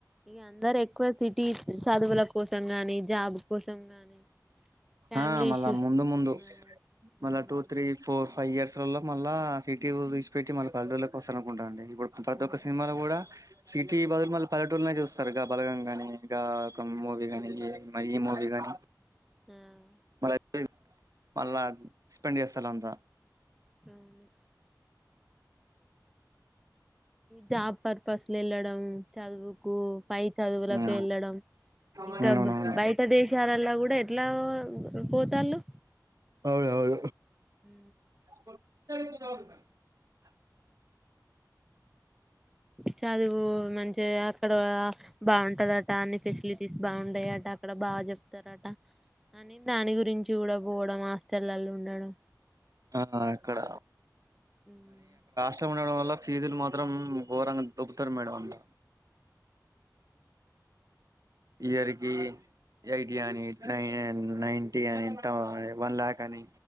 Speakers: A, in the centre; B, on the right.
A: ఇగ అందరెక్కువ సిటీ చదువుల కోసం గాని జాబ్ కోసం గాని ఫ్యామిలీ
B: ఆ మళ్ళ
A: ఇష్యూస్
B: ముందు
A: కోసం
B: ముందు
A: గాని
B: మళ్ళ టూ త్రీ ఫోర్ ఫై ఇయర్స్ లలో మళ్ళ సిటీ వి ఇడిసిపెట్టి మళ్ళ పల్లెటూర్లకి వస్తారనుకుంటా అండి. ఇప్పుడు ప్రతొక్క
A: ఆ
B: సినిమాలో కూడా సిటీ బదులు మళ్ళీ పల్లెటూళ్లనే చూస్తరు గా బలగం గాని గా ఒక మూవీ గాని ఈ మూవీ గాని
A: ఉం
B: మళ్ళ మళ్ళా స్పెండ్ చేస్తారంతా
A: అవును జాబ్ పర్పస్ ల ఎల్లడం చదువుకు పై చదువులకు
B: హ్మ్
A: ఎళ్ళడం ఇంకా
B: అవునవును.
A: బయట దేశాలలో కూడా ఎట్లా పోతాళ్ళు
B: అవ్ను అవ్ను
A: మ్
B: <unintelligible>
A: చదువు మంచిగా అక్కడ బాగుంటదట అన్ని ఫెసిలిటీస్ బాగుండయట అక్కడ బాగా చెప్ తరాటా అని దాని గురించి కూడా పోవడం హాస్టళ్ళలో ఉండడం
B: ఆ అక్కడ
A: మ్
B: చం ఉండడం వల్ల ఫీజులు మాత్రం ఘోరంగా దొబ్బుతారు మేడం అంతా ఇయర్ కి ఎయిటీ అని నై నైన్టీ అని అంత వన్ లాక్ అని